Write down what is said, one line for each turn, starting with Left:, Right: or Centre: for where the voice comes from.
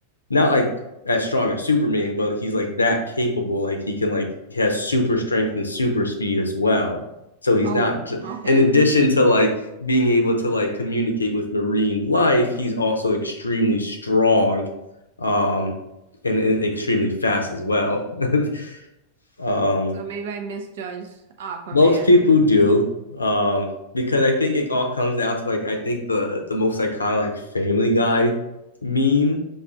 Left: not like as strong as Superman, but he's like that capable. Like he can like he has super strength and super speed as well. So he's
Right: oh,
Left: not
Right: okay.
Left: in addition to like being able to like communicate with marine life, he's also extremely strong um and, and extremely fast as well. <laughs> um
Right: So maybe I misjudged Aquaman.
Left: most people do, um, because I think it all comes down to like I think the the most iconic like Family Guy meme